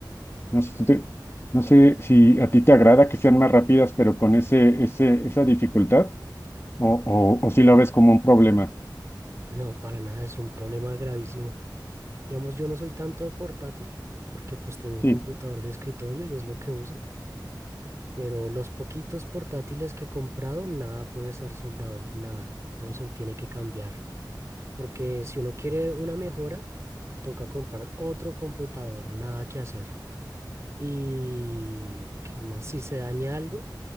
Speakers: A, on the left; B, on the right.
A: No sé, tú te- no sé si a ti te agrada que sean más rápidas, pero con ese, ese, esa dificultad, o, o, o si lo ves como un problema.
B: No, para nada, es un problema gravísimo. Digamos, yo no soy tanto de portátil, porque pues tengo
A: Sí.
B: computador de escritorio y es lo que uso, pero los poquitos portátiles que he comprado, nada puede ser soldado, nada. Todo se tiene que cambiar, porque si uno quiere una mejora, toca comprar otro computador, nada que hacer. Y qué más, si se daña algo,